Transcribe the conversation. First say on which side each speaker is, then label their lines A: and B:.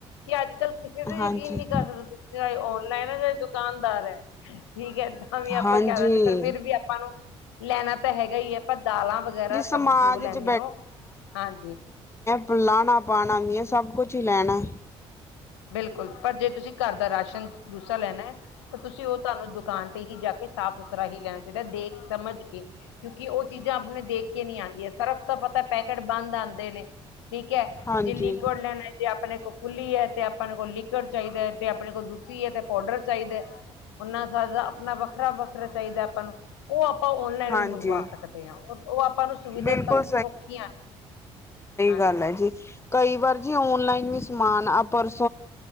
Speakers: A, on the left (about 85°); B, on the left (about 20°).
A: ਕਿ ਅੱਜ ਕੱਲ ਕਿਸੇ ਤੇ
B: ਹਾਂਜੀ
A: ਯਕੀਨ ਨਹੀ ਕਰ ਸਕਦੇ ਤੁਸੀ ਚਾਹੇ ਔਨਲਾਈਨ ਹੈ ਚਾਹੇ ਦੁਕਾਨਦਾਰ ਹੈ। ਠੀਕ ਹੈ। ਏਦਾ ਵੀ
B: ਹਾਂਜੀ
A: ਆਪਾਂ ਕਹਿ ਲਿਦੇ ਪਰ ਫਿਰ ਵੀ ਆਪਾ ਨੂੰ ਲੈਣਾ ਤਾਂ ਹੈਗਾ ਹੀ ਹੈ। ਆਪਾ ਦਾਲਾ ਵਗੈਰਾ
B: ਜਿਸ ਸਮਾਜ
A: ਸਬ ਜੋ ਲੈਦੇ
B: ਚ
A: ਹੋ ਹਾਂਜੀ।
B: ਪੁਲਾਣਾ ਪਾਉਣਾ ਮੈ ਸਭ ਕੁਛ ਹੀ ਲੈਣਾ
A: ਬਿਲਕੁਲ ਪਰ ਜੇ ਤੁਸੀ ਘਰ ਦਾ ਰਾਸ਼ਨ ਤੂਸਾ ਲੈਣਾ ਹੈ। ਤਾਂ ਤੁਸੀ ਉਹ ਤੁਹਾਨੂੰ ਦੁਕਾਨ ਤੇ ਹੀ ਜਾ ਸਾਫ਼ ਸੁਥਰਾ ਹੀ ਲੈਣਾ ਚਾਹੀਦਾ ਦੇਖ ਸਮਝ ਕੇ ਕਿਉਕਿ ਉਹ ਚੀਜਾ ਆਪਣੇ ਦੇਖ ਕੇ ਨਹੀ ਆਉਦੀਆਂ ਸਰਫ ਤਾਂ ਪਤਾ ਪੈਕੇਟ ਬਣ ਆਉਦੇ ਨੇ ਠੀਕ ਹੈ।
B: ਹਾਂਜੀ
A: ਜੇ ਲਿਕੁਡ ਲਿੰਕਵੈਡ ਲੈਣਾ ਜੇ ਆਪਣੇ ਕੋਲ ਖੁਲੀ ਹੈ ਤੇ ਆਪ ਆਪਣੇ ਕਲ ਲੀਕਵੈਡ ਚਾਹੀਦਾ ਹੈ। ਤੇ ਆਪਣੇ ਕੋਲ ਦੂਸਰੀ ਹੈ। ਤੇ ਪਾਊਡਰ ਚਾਹੀਦਾ ਉਹਨਾ ਆਪਣਾ ਵਖਰਾ- ਵਖਰਾ ਚਾਹੀਦਾ ਆਪਾ ਨੂੰ ਉਹ ਆਪਾ ਆਪਾ ਔਨਲਾਈਨ
B: ਹਾਂਜੀ
A: ਵੀ ਮੰਗਵਾ ਸਕਦੇ ਹਾਂ ਉਹ ਆਪਾ ਨੂੰ ਸੁਵਿਧਾ
B: ਬਿਲਕੁਲ
A: ਤ ਸਔਖੀਆਂ ਹਾ।
B: ਗਲ ਹੈ। ਜੀ ਕਈ ਵਾਰ ਜੀ ਓਨਲਾਈਨ ਵੀ ਸਮਾਨ ਆਪ ਪਰ